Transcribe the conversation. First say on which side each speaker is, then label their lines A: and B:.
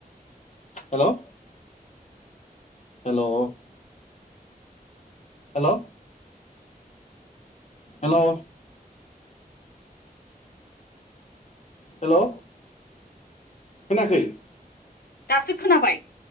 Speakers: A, on the left; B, on the left.
A: Hello hello. Hello hello hello. खोनायाखै?
B: दासो खोनाबाय ।